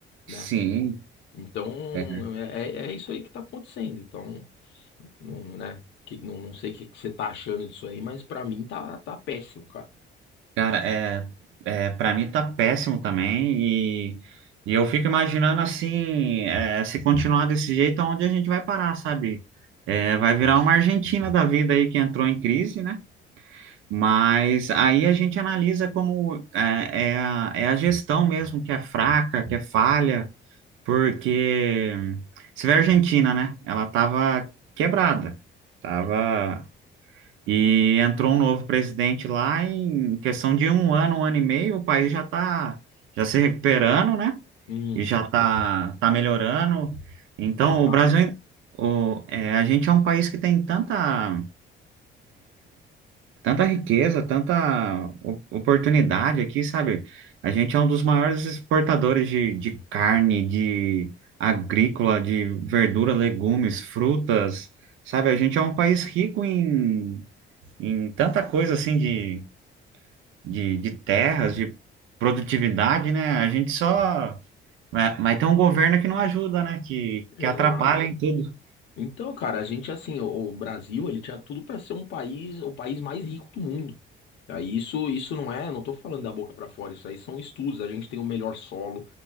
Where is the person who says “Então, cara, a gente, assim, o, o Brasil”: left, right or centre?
Left